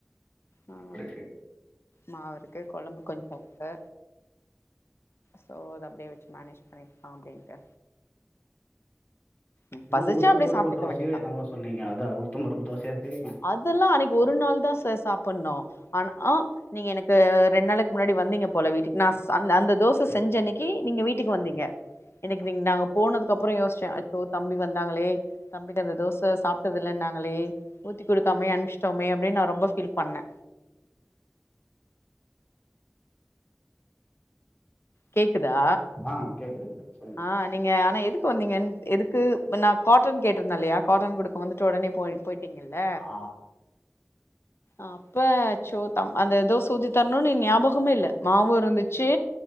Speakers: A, on the left; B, on the left.
A: ஆ
B: இருக்கு
A: மாவு இருக்கு குழம்பு கொஞ்சம் இருக்கு சோ அ அப்டியே வச்சு மேனேஜ் பண்ணிக்கலா அப்டின்ட்டு ம்
B: இது
A: பசிச்சா
B: உளுத்தம்
A: அப்டியே
B: பருப்பு
A: சாப்ட்டுக்க
B: தோசையோ
A: வேண்டியதா
B: என்னவோ சொன்னீங்க அதா உளுத்தம் பருப்பு தோசையா சேரிங்க
A: அதெல்லா அன்னைக்கு ஒரு நாள் தா சார் சாப்பிட்ணு ஆனா ஆ நீங்க எனக்கு ரெண்டு நாளைக்கு முன்னாடி வந்தீங்க போல வீட்டுக்கு நா ச அந்த தோச செஞ்ச அன்னைக்கு நீங்க வீட்டுக்கு வந்தீங்க எனக்கு நீங்க நா அங்க போனதுக்கு அப்பற யோசுச்சே அச்சோ தம்பி வந்தாங்களே தம்பிட்ட அந்த தோச ச சாப்பிட்டதில்லன்னாங்களே ஊத்திக் குடுக்காமே அனும்ச்சிட்டோமே அப்டின் நா ரொம்ப ஃபீல் பண்ணே கேக்குதா
B: ஆ கேக்குதுங்க சொல்லுங்க
A: ஆ நீங்க ஆனா எதுக்கு வந்தீங்கன் எதுக்கு நா காட்டன் கேட்ருந்தே இல்லையா காட்டன் குடுக்க வந்துட்டு ஒடனே போயிட் போய்ட்டீங்கல்ல
B: ஆ
A: அப்ப சோதம் அந்த தோச ஊத்தி தர்ணுன்னு ஞாபகமே இல்ல மாவு இருந்துச்சு